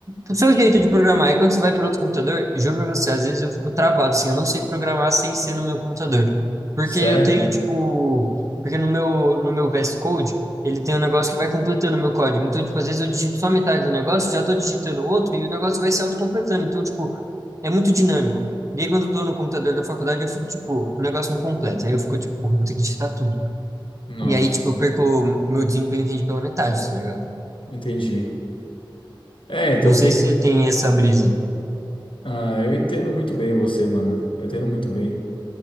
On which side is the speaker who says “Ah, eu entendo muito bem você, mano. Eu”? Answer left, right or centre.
Left